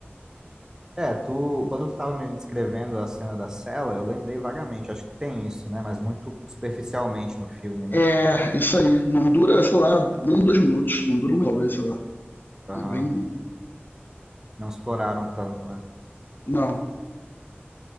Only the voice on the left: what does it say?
É, isso aí. Não dura, sei lá, nem dois minutos. Não dura muito, talvez, sei lá.
É bem.
Não.